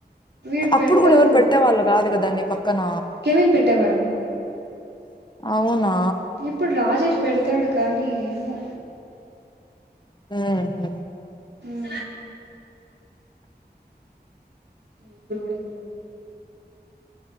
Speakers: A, on the right (about 75°); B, on the left (about 25°).
A: వీడు
B: అప్పుడు
A: పెట్టదు
B: కూడా ఎవరు పెట్టే వాళ్ళు కాదు కదా నీ పక్కన
A: కెవిన్ పెట్టేవాడు
B: అవునా
A: ఇప్పుడు రాజేష్ పెడతాడు కానీ ఏమో
B: హమ్
A: హమ్ ఇప్పుడు కూడా తెలివదు